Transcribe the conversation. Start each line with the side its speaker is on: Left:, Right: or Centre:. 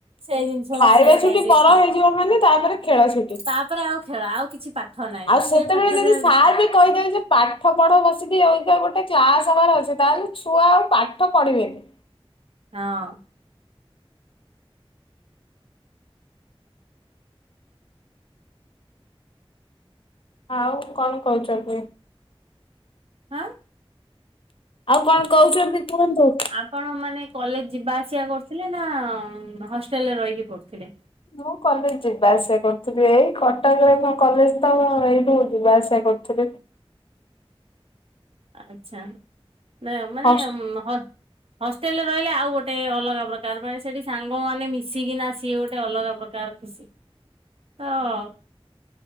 Right: ସେଇ ଜିନିଷ
Left: ଖାଇବା
Right: ଟା ସେ
Left: ଛୁଟି
Right: ଟାଇମ ରେ
Left: ପର
Right: ଥିଲା
Left: ହେଇଯିବ ମାନେ ତାପରେ ଖେଳ ଛୁଟି
Right: ତାପରେ ଆଉ ଖେଳ ଆଉ କିଛି ପା ଠ ନାହିଁ
Left: ଆଉ ସେତେବେଳେ
Right: ସେ ପାଠରେ
Left: ଯଦି
Right: ଆଉ
Left: ସାର୍
Right: କିଛି
Left: ବି କହିଦେବେ ଯେ ପାଠ ପଢ ବସିକି ଅଲଗା ଗୋଟେ କ୍ଲାସ ହବାର ଅଛି ତାହେଲେ ଛୁଆ ଆଉ ପାଠ ପଢିବେନି।
Right: ହଁ।
Left: ଆଉ କଣ କହୁଛନ୍ତି?
Right: ଆଁ।
Left: ଆଉ କଣ କହୁଛନ୍ତି କୁହନ୍ତୁ?
Right: କଣ ମାନେ କଲେଜ ଯିବା ଆସିବା କରୁଥିଲେ ନା ହଷ୍ଟେଲରେ ରହିକି ପଡୁଥିଲେ?
Left: ମୁଁ କଲେଜ ଯିବା ଆସିବା କରୁଥିଲି ଏଇ କଟକରେ ମୋ କଲେଜ ତ ମୁଁ ଏଇଠୁ ଯିବା ଆସିବା କରୁଥିଲି।
Right: ଆଚ୍ଛା ନା ମାନେ
Left: ହଷ୍ଟେଲ
Right: ହ ହଷ୍ଟେଲରେ ରହିଲେ ଆଉ ଗୋଟେ ଅଲଗା ପ୍ରକ କାରଣ ସେଠି ସାଙ୍ଗମାନେ ମିଶିକି ନା ସିଏ ଗୋଟେ ଅଲଗା ପ୍ରକାର ଖୁସି। ତ ଅ।